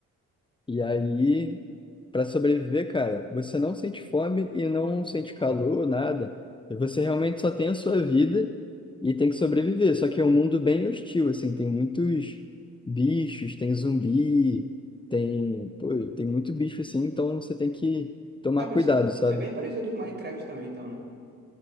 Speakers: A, on the left; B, on the right.
A: E aí, para sobreviver, cara, você não sente fome e não sente calor, nada. Você realmente só tem a sua vida e tem que sobreviver. Só que é um mundo bem hostil, assim, tem muitos bichos, tem zumbi, tem, pô, tem muito bicho assim, então você tem que tomar
B: Ah, é, parecido,
A: cuidado, sabe?
B: é bem parecido com Minecraft também, então, né?